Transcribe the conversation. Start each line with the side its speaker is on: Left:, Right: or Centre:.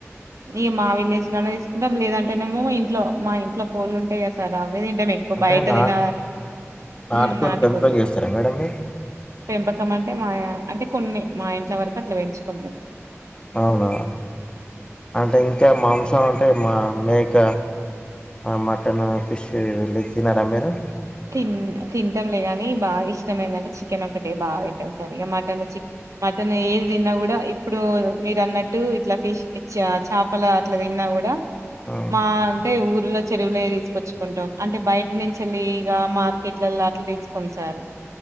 Right: ఇగ మా విలేజ్ లోనే తీసుకుంటాం లేదంటేనేమో ఇంట్లో మా ఇంట్లో కోళ్ళు ఉంటాయి కద సార్ అవే తింటం ఎక్కువ
Left: అంటే
Right: బయట
Left: నా
Right: తిన
Left: నాటుకోళ్లు
Right: ఉమ్ నాటు
Left: పెంపకం
Right: కోళ్ళు
Left: చేస్తారా మేడం మీరు
Right: పెంపకం అంటే మా అంటే కొన్ని మా ఇంట్ల వరకు అట్లా పెంచుకుంటం
Left: అవున అంటే ఇంకా మాంసం అంటే మా మేక అ మటన్ ఫిష్ తినరా మీరు
Right: తిన్ తింటంలే గాని బాగా ఇష్ విషం ఎందంటే చికెన్ ఒకటే బాగా తింటాం సార్ ఇగ మటన్ చిక్ మటన్ ఏది తిన్నా కూడా ఇప్పుడు మీరన్నట్టు ఇట్లా ఫిష్ ఇచ్చ చాపలు అట్లా తిన్నా కూడా
Left: హ్మ్.
Right: మా అంటే ఊరిలో చెరువులేయే తీసుకొచ్చుకుంటాం అంటే బయ నుంచి వెళ్లి ఇగ మార్కెట్లల్ల అట్ల తీసుకొము సార్